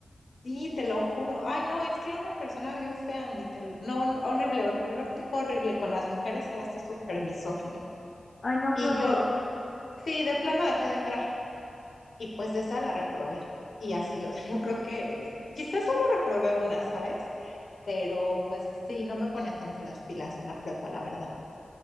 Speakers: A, on the left; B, on the left.
A: Sí, te lo juro. Ay, no, es que era una persona bien fea, ni te lo- no, no, horrible, horrible, era un tipo horrible. Y con las mujeres era así súper misógino.
B: Ay, no,
A: Y
B: qué horror.
A: yo, sí, de plano dejé de entrar. Y pues de esa la reprobé. Y así, <laughs> o sea, yo creo que eh, quizás solo reprobé una, ¿sabes? Pero pues sí, no me ponía tanto las pilas en la prepa, la verdad.